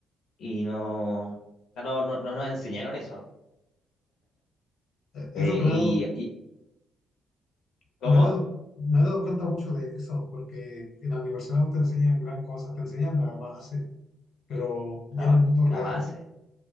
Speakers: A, on the left; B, on the left.
A: y no, ah no, no, no nos enseñaron eso.
B: eh, Es
A: Eh,
B: lo que me he dado,
A: y, y- ¿cómo?
B: me he dado, me he dado cuenta mucho de eso, porque en la universidad no te enseñan gran cosa, te enseñan la base, pero ya
A: La,
B: en el mundo real,
A: la base,